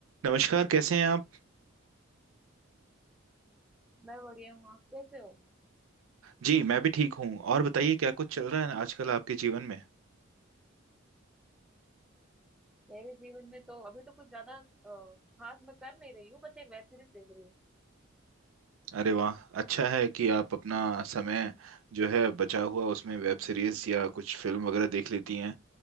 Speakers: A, on the right; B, in the centre.
A: नमस्कार कैसे हैं आप
B: मैं बढ़िया हूँ आप कैसे हो
A: जी मैं भी ठीक हूँ और बताइए क्या कुछ चल रहा है आजकल आपके जीवन में
B: मेरे जीवन में तो अभी तो कुछ ज्यादा अ, खास मैं कर नहीं रही हूँ बस एक वेब सीरीज देख रही
A: अरे वाह अच्छा है कि आप अपना समय जो है बचा हुआ उसमें वेब सीरीज या कुछ फिल्म वगैरह देख लेती हैं